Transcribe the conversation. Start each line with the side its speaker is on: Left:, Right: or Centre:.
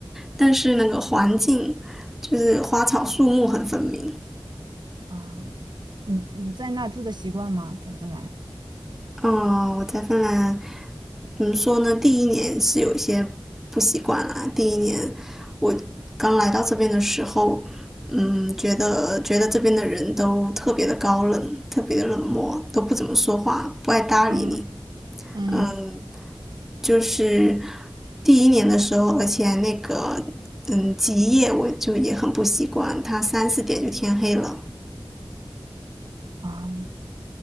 Centre: 但是那个环境就是花草树木很分明。
Right: 啊。你你在那住的习惯吗？在芬兰？
Centre: 嗯，我在芬兰，怎么说呢？第一年是有些不习惯啦。第一年我刚来到这边的时候，嗯，觉得觉得这边的人都特别的高冷，特别的冷漠，都不怎么说话，不爱搭理你。
Right: 嗯嗯
Centre: 嗯，就是第一年的时候，而且那个嗯极夜我就也很不习惯，它三四点就天黑了。
Right: 啊，